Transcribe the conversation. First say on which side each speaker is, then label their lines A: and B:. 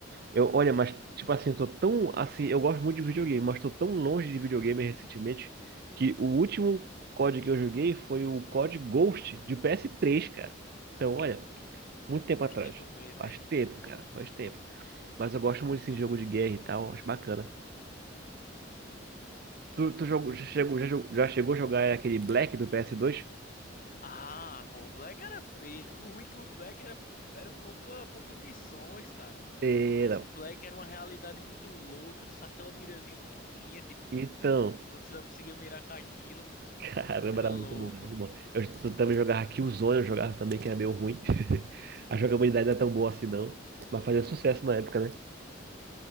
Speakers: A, on the right; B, on the left.
A: Eu, olha, mas tipo assim, eu tô tão assim, eu gosto muito de videogame, mas tô tão longe de videogame recentemente que o último COD que eu joguei foi o COD Ghost de ps três cara. Então, olha, Muito tempo
B: Faz
A: atrás.
B: tempo mesmo,
A: Faz
B: hein?
A: tempo,
B: Faz
A: cara.
B: tempo.
A: Faz tempo. Mas eu gosto muito assim, de jogo de guerra e tal. Acho bacana. Tu, tu jogou,
B: yeah.
A: já, chegou, já, jogou- já chegou a jogar aquele Black do PS2?
B: Ah, pô, o Black era peso. O ruim é que o Black era, era pouca, poucas missões, cara.
A: É,
B: Mas
A: não.
B: o Black era uma realidade muito louca. Só aquela mirazinha pequenininha, tipo,
A: Então,
B: o- você só conseguia mirar com aquilo.
A: <laughs> caramba,
B: Era
A: era
B: louco.
A: muito bom, era muito bom. Eu t- também jogava Killzone, eu jogava também, que era meio ruim. <laughs> A jogabilidade não é tão boa assim, não. Mas fazia sucesso na época, né?